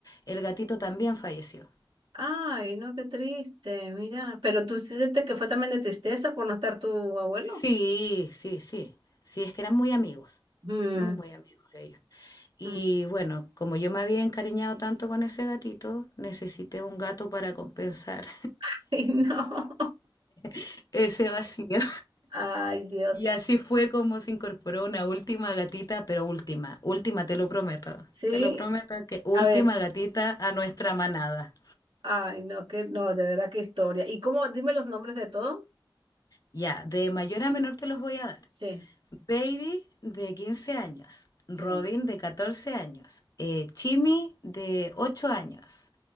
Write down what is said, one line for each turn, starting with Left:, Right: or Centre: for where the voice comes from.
Left: el gatito también falleció.
Right: Ay, no, qué triste, mira. Pero tú sientes que fue también de tristeza por no estar tu abuelo.
Left: Sí, sí, sí. Sí, es que eran muy amigos,
Right: Mm,
Left: muy, muy amigos ellos. Y
Right: mm.
Left: bueno, como yo me había encariñado tanto con ese gatito, necesité un gato para compensar
Right: <laughs> Ay, no.
Left: <laughs> ese vacío.
Right: Ay, Dios.
Left: Y así fue como se incorporó una última gatita, pero última, última, te lo prometo.
Right: Sí,
Left: Te lo prometo que última
Right: a ver,
Left: gatita a nuestra manada.
Right: ay, no, que no, de verdad qué historia. ¿Y cómo? Dime los nombres de todos.
Left: Ya, de mayor a menor te los voy a dar.
Right: Sí,
Left: Baby de 15 años, Robin
Right: sí.
Left: de 14 años, eh, Chimi de 8 años.